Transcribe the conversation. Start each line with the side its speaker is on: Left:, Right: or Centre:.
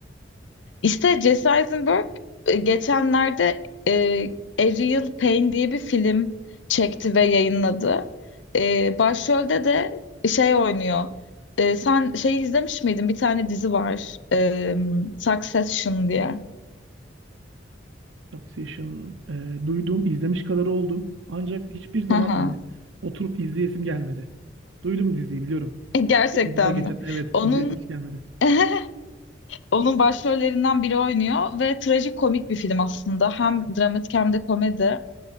Left: İşte Jesse Eisenberg e, geçenlerde e, Ariel Payne diye bir film çekti ve yayınladı. E, başrolde de şey oynuyor. E, sen şeyi izlemiş miydin? Bir tane dizi var. E, Succession diye.
Right: Succession e, duydum, izlemiş kadar oldum. Ancak hiçbir zaman
Left: Haha.
Right: yani oturup izleyesim gelmedi. Duydum diziyi biliyorum.
Left: <laughs> E, Gerçekten
Right: Bir odada geçen.
Left: mi?
Right: Evet,
Left: Onun
Right: izleyesim hiç gelmedi.
Left: <laughs> onun başrollerinden biri oynuyor ve trajikomik bir film aslında. Hem dramatik hem de komedi.